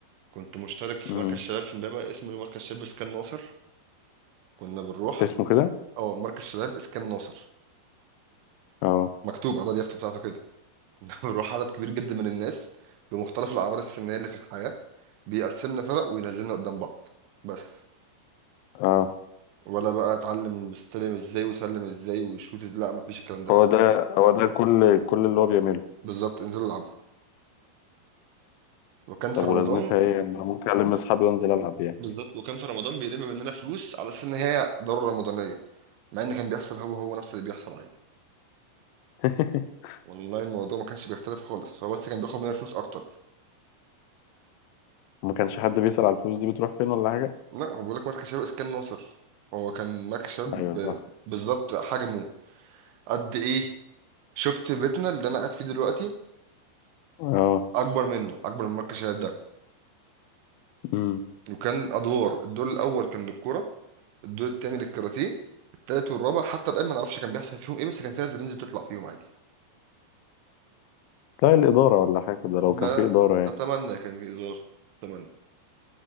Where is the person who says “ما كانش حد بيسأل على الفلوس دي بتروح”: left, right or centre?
Left